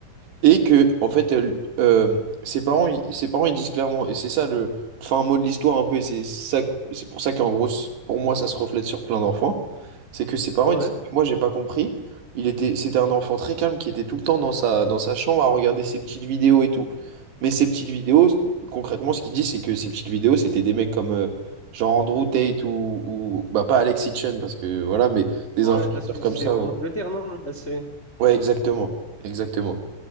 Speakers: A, on the right; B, on the left.
A: Et que, en fait, euh, euh, ses parents, ils- ses parents, ils disent clairement, et c'est ça le fin mot de l'histoire un peu, et c'est ça, c'est pour ça qu'en gros, c- pour moi, ça se reflète sur plein d'enfants, c'est que ses parents,
B: ouais.
A: ils disent, Mais moi, j'ai pas compris, il était, c'était un enfant très calme qui était tout le temps dans sa, dans sa chambre à regarder ses petites vidéos et tout. Mais ces petites vidéos, concrètement, ce qu'il dit, c'est que ces petites vidéos, c'était des mecs comme, euh, genre Andrew Tate ou, ou- bah, pas Alex Hitchen, parce que voilà, mais des
B: Ouais,
A: influenceurs
B: parce que
A: comme
B: c'est
A: ça.
B: en
A: Ouais,
B: Angleterre, non, la série?
A: Ouais, exactement, exactement.